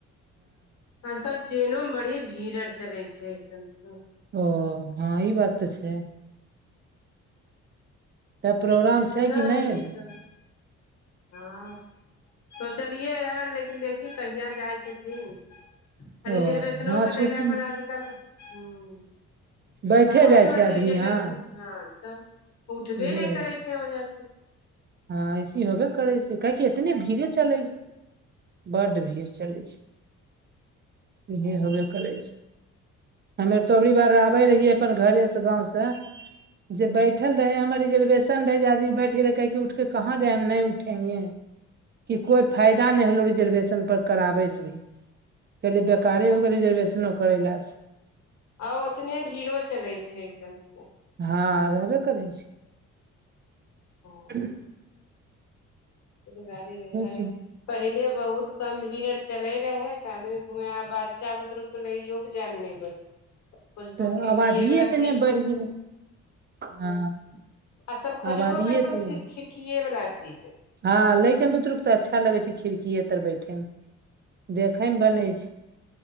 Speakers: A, on the left; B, on the right.
A: हँ तऽ ट्रेनो मे बड़ी भीड़ आर चलै छै एकदमसँ
B: ओ हँ ई बात तऽ छै तऽ
A: ह
B: प्रोग्राम
A: जी एतऽ
B: छै
A: नन
B: कि नहि
A: भीत
B: अभी
A: हँ सोचलियै हन लेकिन देखौ कहिया जाइ छथिन रिजर्वेशनो
B: ओ हँ
A: कटैला
B: छुट्टी
A: पर आजकल हूंम्म
B: बैठे
A: आजकल ओह
B: जाइ
A: ने होइ
B: आदमी
A: छै रिजर्वेशन
B: हँ
A: हँ तब उठबे
B: इहे
A: नहि
B: होइ छै
A: ओ होजार
B: हँ ऐसे होबे करै छै काहेकि एतने भीड़े चलै छै बड्ड भीड़ चलै छै इहे
A: हँ
B: होबे करै छै हमेर तो अबरी बार आबे रहियै अपन घरे से गाँव से जे बैठल रहे हमर रिजर्वेशन रहय जे आदमी बैठ गेल रहे कै कि कहाँ जाय हम नहि उठेंगे कि कोइ फायदा नहि होलो रिजर्वेशन पर कराबै से कहलि व सरकारे
A: सब
B: हो गेल रिजर्वेशनो करै ल
A: आ ओतने भीड़ो चलैत छै एकदमसँ
B: हँ रहबे करै छी
A: हँ
B: ह <inaudible>
A: गाड़ी रगाड़ी
B: सुन
A: पहिले बहुत कम भीड़ आर चले रहै आदमी घुमे आ बच्चा बुतरु के लेयो के जाय मे न बोलै छै सब खोजतौ
B: तऽ
A: खिड़कीए
B: आबादिए
A: वला
B: एतने
A: सीट
B: बढ़ि
A: खोजतौ
B: गेलै हँ
A: आ सब खोजबो
B: आबादिए
A: करतौ
B: एतने बढ़
A: खिड़कीए वला सीट
B: हँ लेकन बुतरुक तऽ अच्छा लगे छै खिड़कीे तर बैठे मे देखे मे बनै छै